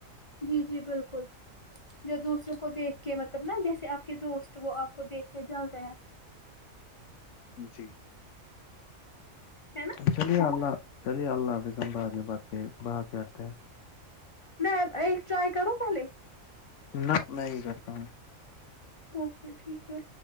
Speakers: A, on the left; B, on the left.
A: جی- جی بالکل- جو دوسروں کو دیکھ کے مطلب نا جیسے آپ کے دوست وہ آپ کو دیکھ کے جل رہ ہیں-
B: جی-
A: ہے نا-
B: تو چلیے اللہ چلیے اللہ حافظ ہم بعد میں ب کے بات کرتے ہیں-
A: میں ایک ٹرائی کروں پہلے-
B: نہ میں یہ کرتا ہوں-
A: اوکے ٹھیک ہے-